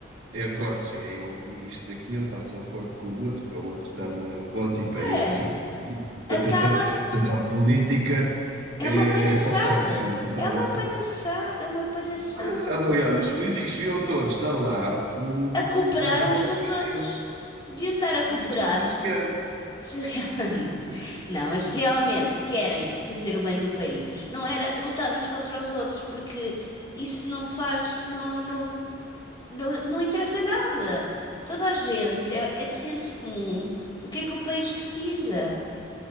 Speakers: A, on the right (about 65°); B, on the left (about 25°).
A: É acordos, é eu digo isto daqui, eu faço um acordo com o outro, para o outro dar-me o meu voto e para eu
B: É,
A: assim conseguir. Tá,
B: acaba.
A: tá, tá. Portanto, a política
B: É
A: é,
B: uma palhaçada.
A: é fofoca total
B: É uma
A: e absoluta.
B: palhaçada, é uma palhaçada.
A: Mas, aliás, os políticos deviam todos estar lá, o tipo
B: A cooperar
A: do
B: uns
A: Pódio
B: com os
A: Crescente.
B: outros. Deviam estar a cooperar-se.
A: um dia disposto de ser.
B: Se real... <laughs> Não, mas realmente querem fazer o bem do país. Não era lutar uns contra os outros, porque isso não faz. Não, não, não, não interessa nada. Toda a gente. É, é de senso comum. O que é que o país precisa?